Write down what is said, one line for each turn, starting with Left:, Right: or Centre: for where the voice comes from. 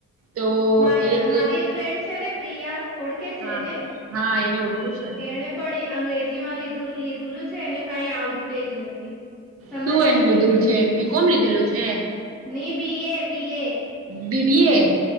Right: તો
Centre: માર
Right: એ
Centre: મારી
Right: એ
Centre: એક ફ્રેન્ડ છે ને પ્રિયા ઓળખે છે
Right: હા
Centre: એને.
Right: હા એને ઓળખું છું ને
Centre: એને પણી અંગ્રેજી માં લીધું લીધુંલું છે, એને કંઈ આવડેજ નથી. સમજ
Right: શું એને
Centre: જ
Right: લીધુંલ
Centre: નહી પડે
Right: છે? બી કોમ લીધેલું છે?
Centre: ની બી એ, B A.
Right: B B A?